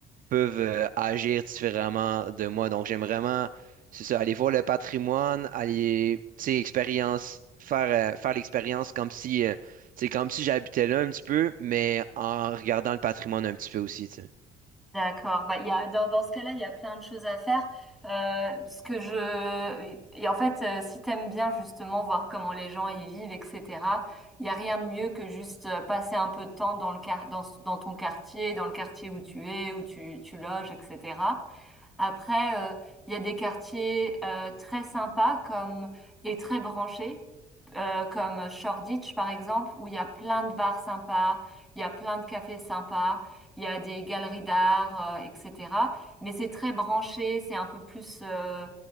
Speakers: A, on the right; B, in the centre.
A: peuvent euh, agir différemment de moi. Donc, j'aime vraiment, c'est ça, aller voir le patrimoine, aller, tu sais, expérience, faire, euh, faire l'expérience comme si, euh, tu sais, comme si j'habitais là un petit peu, mais en regardant le patrimoine un petit peu aussi, tu sais.
B: D'accord. Bah, il y a, dans, dans ce cas-là, il y a plein de choses à faire. Euh, ce que je, et en fait, euh, si t'aimes bien justement voir comment les gens y vivent, etc., il y a rien de mieux que juste euh, passer un peu de temps dans le quar- dans, ce- dans ton quartier, dans le quartier où tu es, où tu, tu loges, etc. Après, euh, il y a des quartiers euh, très sympas comme et très branchés, euh, comme Shoreditch par exemple, où il y a plein de bars sympas, il y a plein de cafés sympas il y a des galeries d'art, euh, etc. Mais c'est très branché, c'est un peu plus euh,